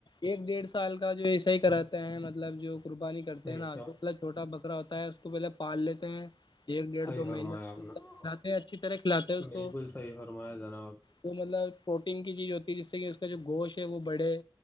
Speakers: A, on the left; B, on the left.
A: ایک ڈیڑھ سال کا جو ایسا ہی کراتا ہے مطلب جو قربانی کرتے
B: بے
A: ہیںا
B: شک
A: جو پہلا چھٹا بکر ہوتا ہے اس کو پہلے پارال لی سے ایک ڈیڑھ
B: صحیح
A: دو
B: فرمایا
A: مہینے
B: آپ نے
A: کھلاتے ہیں اچھی طرح کھلاتے ہیں اس
B: بالکل
A: کو
B: صحیح فرمایا جناب
A: وہ مطلب پروٹین کی چیز ہوتی ہے جس سے کہ اس کا جو گوشت ہے وہ بڑھے